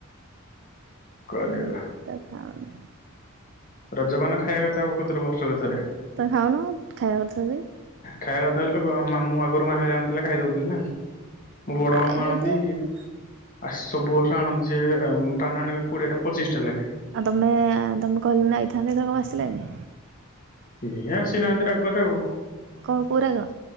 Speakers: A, on the left; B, on the right.
A: କରିବା
B: ମୁଁ ତ କାଉ-
A: ରଜ ପାନ ଖାଇବା କଥା ପ୍ରକୃତରେ ବର୍ଷକୁ ଥରେ-
B: ତ ଖାଉନ ଖାଇବା କଥା ଯଦି-
A: ଖାଇବା କଥା ହେଲେ ମା ମୁଁ ଆଗରୁ ମାହା ଯାଣି ଥିଲା ଖାଇଦେଉ ଥିଲି ନା- ବଡ
B: ଆଉ
A: ମାମ ଆଣନ୍ତି
B: ଯଦି ଆଉ
A: ଆ ସବୁ ବର୍ଷରେ ଆଣନ୍ତି- ଯେ ପାନ ଆଣିବେ କୋଡିଏ ଟା ପଚିଶ ଟା ଲେଖା-
B: ଆଉ ତମେ, ତମେ କହିଲନି ଆଇଥାନ୍ତେ, ଏଥର କମ ପାଇଁ ଆସିଲାନି?
A: ଏଇ ଆସିନାହାଁନ୍ତି ରାଗରେ ଆଉ।
B: କହୁ କହୁ ରାଗ?